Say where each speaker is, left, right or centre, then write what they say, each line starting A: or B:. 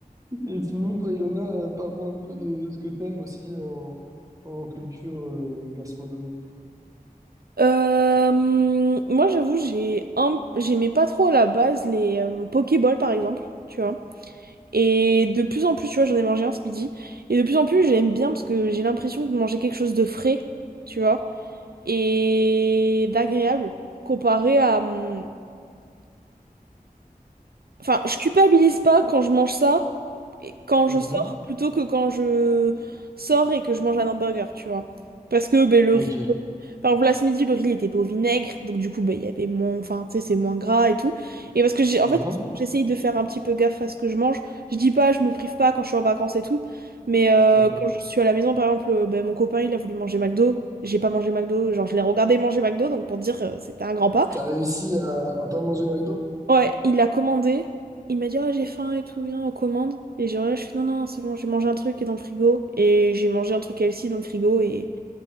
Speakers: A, on the right; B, on the right.
A: et sinon, toi, Ilona, euh, parle-moi un peu de ce que t'aimes aussi en, en culture euh, gastronomique.
B: Euh, moi, j'avoue, j'ai un... j'aimais pas trop à la base les euh, Pokéballs, par exemple. Tu vois. Et de plus en plus, tu vois, j'en ai mangé un ce midi. Et de plus en plus, j'aime bien parce que j'ai l'impression de manger quelque chose de frais, tu vois, et d'agréable comparé à, hum, Enfin, je culpabilise pas quand je mange ça, et quand
A: Mhm.
B: je sors, plutôt que quand je sors et que je mange un hamburger, tu vois. Parce que ben, le
A: Ok.
B: riz, par exemple, là ce midi, le riz était pas au vinaigre, donc du coup, ben, il y avait moins, enfin, tu sais, c'est moins gras et tout. Et parce que j'ai, en
A: Mhm.
B: fait, en ce moment, j'essaye de faire un petit peu gaffe à ce que je mange. Je dis pas, je me prive pas quand je suis en vacances et tout, mais euh,
A: Mhm.
B: quand je suis à la maison, par exemple, euh, ben, mon copain, il a voulu manger McDo, j'ai pas mangé McDo, genre, je l'ai regardé manger McDo, donc pour dire, euh, c'était un grand pas.
A: T'as réussi à, à pas manger McDo?
B: Ouais, il a commandé. Il m'a dit, Ah, j'ai faim et tout, viens, on commande. Et genre, là, je fais, non, non, c'est bon, j'ai mangé un truc qui est dans le frigo. Et j'ai mangé un truc LC dans le frigo. Et